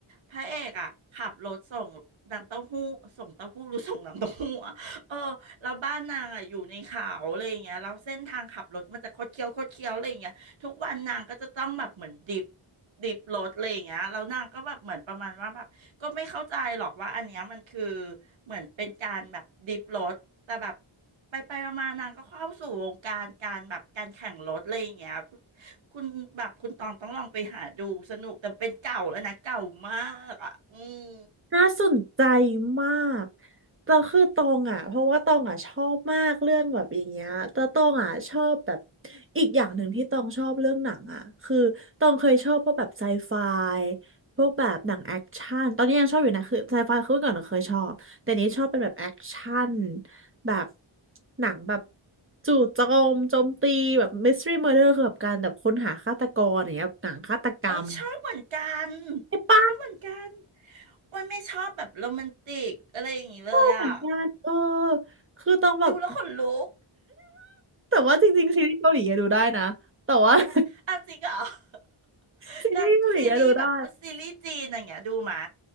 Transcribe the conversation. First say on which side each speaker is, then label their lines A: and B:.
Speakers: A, on the right (about 65°); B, on the right (about 25°).
A: พระเอกอ่ะขับรถส่งน้ำเต้าหู้ส่งเต้าหู้หรือส่งน้ำเต้าหู้อะเออแล้วบ้านนางอ่ะอยู่ในเขาอะไรอย่างเงี้ยแล้วเส้นทางขับรถมันจะคดเคี้ยวคดเคี้ยวอะไรอย่างเงี้ยทุกวันนางก็จะต้องแบบเหมือนดิฟ ดิบรถอะไรอย่างเงี้ยแล้วนางก็แบบเหมือนประมาณว่าแบบก็ไม่เข้าใจหรอกว่าอันเนี้ยมันคือเหมือนเป็นการแบบดิบรถแต่แบบไปไปมาๆนางก็เข้าสู่วงการการแบบการแข่งรถอะไรอย่างเงี้ยคุณคุณแบบคุณตองต้องลองไปหาดูสนุกแต่เป็นเก่าแล้วนะเก่ามากอ่ะอืม
B: น่าสนใจมากเราคือตองอ่ะเพราะว่าตองอ่ะชอบมากเรื่องแบบอย่างเงี้ยแต่ตองอ่ะชอบแบบอีกอย่างหนึ่งที่ตองชอบเรื่องหนังอ่ะคือตองเคยชอบพวกแบบไซไฟพวกแบบหนังแอคชั่นตอนนี้ยังชอบอยู่นะคือไซไฟคือเมื่อก่อนเราเคยชอบแต่นี้ชอบเป็นแบบแอคชั่นแบบหนังแบบจู่โจมโจมตีแบบมิสทรีเมอร์เดอร์คือแบบการแบบค้นหาฆาตกรอย่างเงี้ยหนังฆาตกรรม
A: เอ้ยชอบเหมือนกัน
B: ไอ้ป
A: ชอบเหมือนกันวันไม่ชอบแบบโรแมนติกอะไรอย่างงี้เลยอ่ะ
B: เหมือนกันเออคือต้องแบบ
A: ดูแล้วขนลุก
B: แต่ว่าจริงๆซีรีส์เกาหลีอะดูได้นะแต่ว่า <laughs>
A: อ้าวจริงเหรอ <laughs>
B: ซีรีส์เกาหลีอะดูได้
A: แต่ซีรีส์แบบพูดซีรีส์จีนอย่างเงี้ยดูมะ